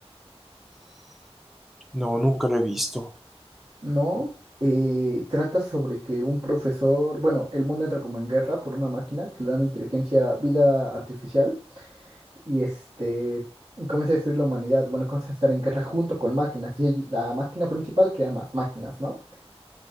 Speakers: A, in the centre; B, on the right.
A: No, nunca lo he visto.
B: No, eh, trata sobre que un profesor, bueno, el mundo entra como en guerra por una máquina que le dan inteligencia, vida artificial, y este comienza a destruir la humanidad. Bueno, comienza a estar en guerra junto con máquinas, y allí la máquina principal crea más máquinas, ¿no?